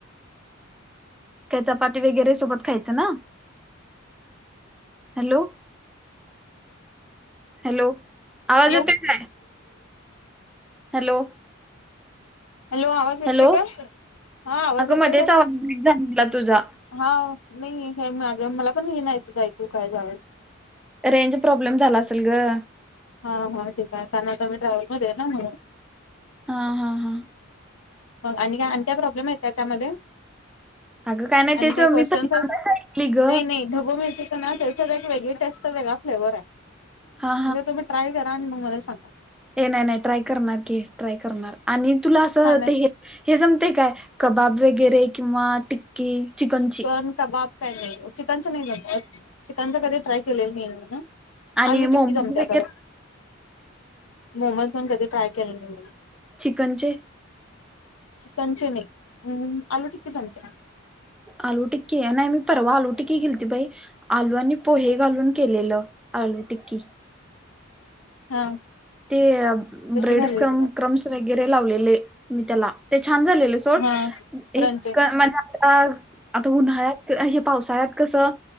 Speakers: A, in the centre; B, on the left.
A: काय चपाती वगैरे सोबत खायचं ना? हॅलो. हॅलो, आवाज
B: हॅलो
A: येतोय काय? हॅलो.
B: हॅलो आवाज येतोय
A: हॅलो
B: काय? हा आवाज
A: अगं
B: येतोय काय?
A: <unintelligible>
B: हाव, नाही हे माझ्या मला पण हे नाहीय ऐकू काय जायाच.
A: रेंज प्रॉब्लेम झाला असल ग.
B: हा, हा ठीक हाय, कारण आता मी ट्रॅव्हल मध्ये आहे ना म्हणून.
A: हा, हा, हा.
B: मग आणि काय? आणि काय प्रॉब्लेम आहेत काय त्या त्यामध्ये?
A: अगं नाही
B: आणि
A: तेच
B: काय क्वेशचन्
A: मी पहिल्यांदाच
B: आहेत?
A: ऐकली ग
B: नाही, नाही ढबू मिर्चीच. तेच ना, एक वेगळी टेस्ट वेगळा फ्लेवर हाय,
A: हा
B: एकदा तुम्ही ट्राय करा आणि म मला सांगा.
A: हे नाही, नाही ट्राय करणार की, ट्राय करणार आणि तुला असं
B: छान आहे
A: ते हे जमतंय काय? कबाब वगैरे किंवा टिक्की? चिकनची
B: चिकन कबाब काय नाही, चिकनच नाही जमत, चिकनच कधी ट्राय केलेलं नाही मीन.
A: आणि
B: आलू
A: मोमो
B: टिक्की जमतीया
A: वगैरे
B: खर, मोमज पण कधी ट्राय केले नाही म.
A: चिकनचे?
B: चिकनचे नाही, हम्म आलु टिकी जमत्या.
A: आलू टिक्की, नाही मी परवा आलू टिक्की केलती बाई आलू आणि पोहे घालून केलेलं, आलू टिक्की.
B: हा.
A: ते
B: कशी
A: ब्रेड
B: झालेली
A: क्रम्स,
B: तुला
A: क्रम्स वगैरे लावलेले मी त्येला. ते छान झालेले.
B: हा क्रंची
A: <unintelligible> आता उन्हाळ्यात हे पावसाळ्यात कसं?